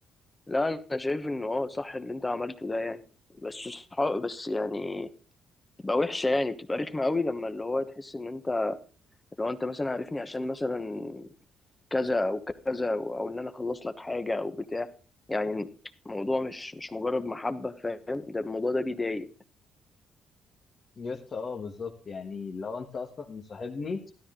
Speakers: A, on the left; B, on the left.
A: لا انا شايف انه اه صح اللي انت عملته ده يعني بس صح بس يعني بتبقى وحشه يعني بتبقى رخمه قوي لما اللي هو تحس ان انت لو انت مثلا عارفني عشان مثلا كذا او كذا او أو ان انا اخلص لك حاجه او بتاع يعني الموضوع مش مش مجرد محبه فاهم ده الموضوع ده بيضايق
B: يا اسطى اه بالظبط يعني لو انت اصلا مصاحبني